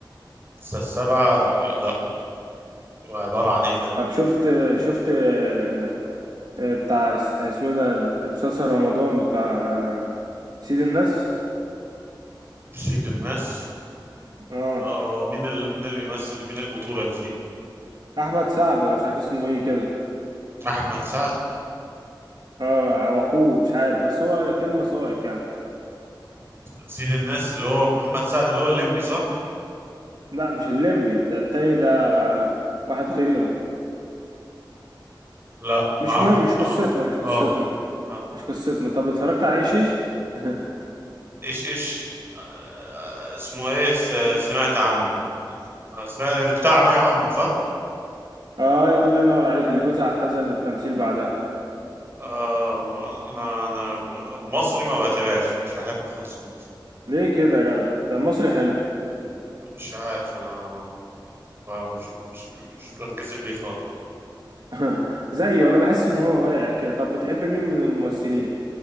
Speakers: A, on the right (about 30°); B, on the right (about 60°).
A: بس السبعه لا عباره عن ايه ده
B: طب شفت شفت آه آه، بتاع اس- اسمه ده مسلسل رمضان بتاع آه سيد الناس
A: شيت الناس
B: اه
A: اه مين ال... مين اللي بيمثل مين البطوله اللي فيه
B: احمد سعد ولا مش عارف اسمه ايه كده
A: احمد سعد
B: اه او اخوه مش عارف بس هو فيلم ساقط يعني
A: سيد الناس اللي هو محمد سعد اللي هو الليمبي صح
B: لا مش الليمبي ده التاني ده آه، واحد غيره
A: لا
B: مش
A: مع
B: مهم
A: محمد
B: مش قصتنا
A: اه
B: مش قصتنا
A: اه آه.
B: مش قصتنا طب اتفرجت على ايش ايش <laughs>
A: ايش ايش آه، اسمه ايه س- سمعت عنه آه، سمعت بتاع مي عمر صح
B: اه الله ينور عليك اللي جوزها اعتزل التمثيل بعدها
A: آه انا انا مصري ما بتابعش مش بحب خالص المصري
B: ليه كده يا جدع ده المصري حلو
A: مش عارف انا آه، مش مش مش بنجذب ليه خالص
B: <laughs> زيه ولا بحس ان هو واقع كده طب بتحب مين من الممثلين